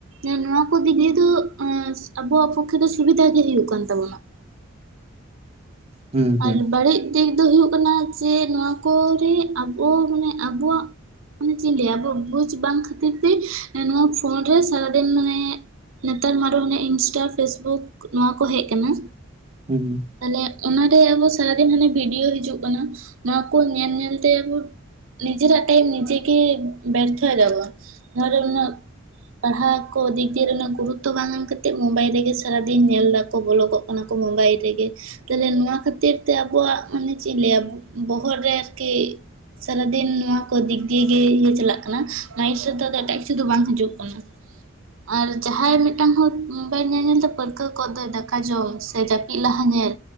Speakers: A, on the right; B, on the right.
A: ᱮ ᱱᱚᱣᱟ ᱠᱚ ᱫᱤᱠ ᱫᱤᱭᱮ ᱫᱚ ᱟᱵᱚᱣᱟᱜ ᱯᱚᱠᱠᱷᱮ ᱫᱚ ᱥᱩᱵᱤᱫᱷᱟ ᱜᱮ ᱦᱳᱭᱜ ᱠᱟᱱ ᱛᱟᱵᱩᱱᱟ
B: ᱦᱩᱸ ᱦᱩᱸ
A: ᱟᱨ ᱵᱟᱹᱲᱤᱡ ᱫᱤᱠ ᱫᱚ ᱦᱩᱭᱩᱜ ᱠᱟᱱᱟ ᱡᱮ ᱱᱚᱣᱟ ᱠᱚᱨᱮ ᱟᱵᱚ ᱢᱟᱱᱮ ᱟᱵᱚᱣᱟᱜ ᱢᱟᱱᱮ ᱪᱮᱫ ᱤᱧ ᱞᱟᱹᱭᱟ ᱟ ᱵᱩᱡ ᱵᱟᱝ ᱠᱷᱟᱹᱛᱤᱨ ᱛᱮ ᱱᱚᱣᱟ ᱯᱷᱳᱱ ᱨᱮ ᱥᱟᱨᱟᱫᱤᱱ ᱢᱟᱱᱮ ᱱᱮᱛᱟᱨ ᱢᱟ ᱟᱨᱚ ᱦᱱᱟᱮ ᱤᱱᱥᱴᱟ ᱯᱷᱮᱥᱵᱩᱠ ᱱᱚᱣᱟ ᱠᱚ ᱦᱮᱡ ᱟᱠᱟᱱᱟ
B: ᱦᱩᱸ
A: ᱛᱟᱦᱞᱮ ᱚᱱᱟᱨᱮ ᱟᱵᱚ ᱥᱟᱨᱟᱫᱤᱱ ᱦᱟᱱᱮ ᱵᱷᱤᱰᱤᱭᱳ ᱦᱤᱡᱩᱜ ᱠᱟᱱᱟ ᱚᱱᱟ ᱠᱚ ᱧᱮᱞ ᱧᱮᱞᱛᱮ ᱟᱵᱚ ᱱᱤᱡᱮᱨᱟᱜ ᱴᱟᱭᱢ ᱱᱤᱡᱮ ᱜᱮ ᱵᱮᱟᱨᱛᱷᱚ ᱫᱟᱵᱚᱱ ᱱᱚᱣᱟ ᱨᱮ ᱩᱱᱟᱜ ᱯᱟᱲᱦᱟᱣ ᱠᱚ ᱫᱤᱠ ᱫᱤᱭᱮ ᱨᱮᱱᱟᱜ ᱜᱩᱨᱩᱛᱚ ᱵᱟᱝ ᱮᱢ ᱠᱟᱛᱮᱫ ᱢᱳᱵᱟᱭᱤᱞ ᱨᱮᱜᱮ ᱥᱟᱨᱟᱫᱤᱱ ᱧᱮᱞ ᱫᱟᱠᱚ ᱵᱚᱞᱚᱜᱚᱜ ᱠᱟᱱᱟ ᱠᱚ ᱢᱳᱵᱟᱭᱤᱞ ᱨᱮᱜᱮ ᱛᱟᱦᱚᱞᱮ ᱱᱚᱣᱟ ᱠᱷᱟᱹᱛᱤᱨ ᱛᱮ ᱟᱵᱚᱣᱟᱜ ᱢᱟᱱᱮ ᱪᱮᱫ ᱤᱧ ᱞᱟᱹᱭᱟ ᱵᱚᱦᱚᱜ ᱨᱮ ᱟᱨᱠᱤ ᱥᱟᱨᱟᱫᱤᱱ ᱱᱚᱣᱟ ᱠᱚ ᱫᱤᱠ ᱫᱤᱭᱮ ᱜᱮ ᱤᱭᱟᱹ ᱪᱟᱞᱟᱜ ᱠᱟᱱᱟ ᱱᱚᱣᱟ ᱦᱥᱟᱹ ᱫᱚ ᱮᱴᱟᱜ ᱠᱤᱪᱷᱩ ᱫᱚ ᱵᱟᱝ ᱦᱤᱡᱩᱜ ᱠᱟᱱᱟ ᱟᱨ ᱡᱟᱦᱟᱸᱭ ᱢᱤᱫᱴᱟᱝ ᱦᱚᱲ ᱢᱚᱵᱟᱤᱞ ᱧᱮᱞ ᱧᱮᱞᱛᱮ ᱯᱟᱹᱨᱠᱟᱹᱣ ᱠᱚᱜ ᱫᱚᱭ ᱫᱟᱠᱟ ᱡᱚᱢ ᱥᱮ ᱡᱟᱹᱯᱤᱫ ᱞᱟᱦᱟ ᱧᱮᱞ